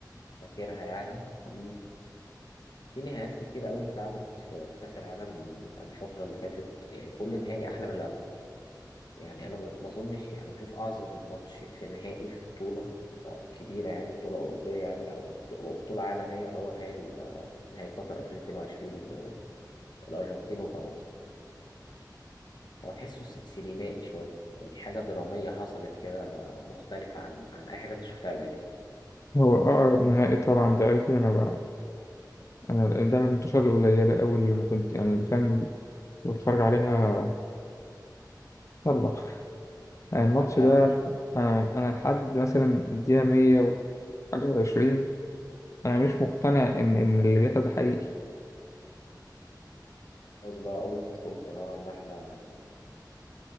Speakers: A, on the left; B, on the left.
A: فاكرها يعني في في نهايات كتير قوي اتلعبت في كأس العالم الفترة اللي فاتت يعني كل نهائي أحلى من اللي قبل يعني أنا ما ما أظنش يعني بشوف أعظم ماتش في نهائي في بطولة آه، كبيرة يعني بطولة أوروبية يعني أو بط- أو بطولة عالمية هو نهائي ال- نهائي قطر 2022 آه، الأرجنتين وفرنسا هو تحسه س- سينمائي شوية يعني حاجة درامية حصلت كده مختلفة عن عن أي حاجة أنت شفتها قبل كده
B: هو أقرب نهائي طبعا لقلبي أنا بقى أنا ده من الماتشات القليلة أوي اللي ما كنت يعني اللي فاهم اللي كنت بتفرج عليها يلا <laughs> يعني الماتش
A: على قلبي
B: ده أنا أنا لحد مثلا الدقيقة 100 وحاجة وعشرين أنا مش مقتنع إن إن اللي بيحصل ده حقيقي
A: خلاص بقى قلت قلت نوعا ما إحنا